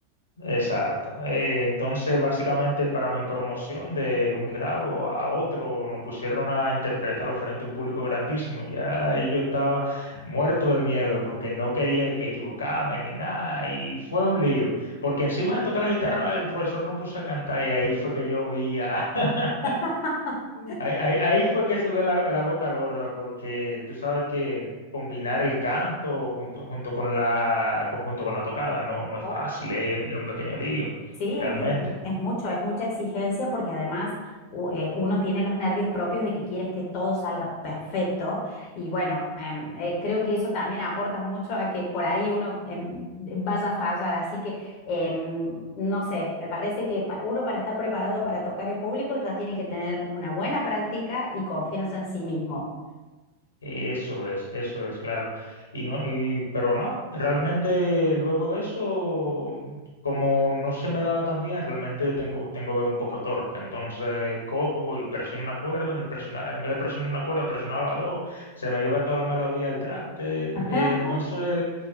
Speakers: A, on the left (about 70°); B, on the left (about 40°).
A: exacto. Eh, entonces, básicamente para mi promoción de, de un grado a otro, nos pusieron a interpretarlo frente a un público grandísimo. Ya ahí yo estaba muerto del miedo porque no quería e- equivocarme ni nada y fue un lío. Porque encima de tocar la guitarra, el profesor nos puso a cantar y ahí fue que yo vi a... <laughs>
B: <laughs>
A: Ahí, ahí- ahí fue que sube la, la gota gorda, porque tú sabes que combinar el canto junto, junto con la, junto con la tocada no, no es
B: Oh,
A: fácil, es, es un pequeño lío,
B: Sí,
A: realmente.
B: es, es- es mucho, es mucha exigencia porque además u- eh, uno tiene los nervios propios de que quieres que todo salga perfecto y bueno, em, eh, creo que eso también aporta mucho a que por ahí uno em, vaya a fallar, así que em, no sé, me parece que pa- uno para estar preparado para tocar en público ya tiene que tener una buena práctica y confianza en sí mismo.
A: Eso es, eso es, claro. Y no, y, pero nada, realmente luego de eso, como no se me daba tan bien, realmente tengo, tengo dedo un poco torpe. Entonces cojo y presiono una cuerda, y presiona- en vez de presionar una cuerda, presionaba dos, se me iba toda la melodía al traste. eh,
B: <laughs>
A: entonces,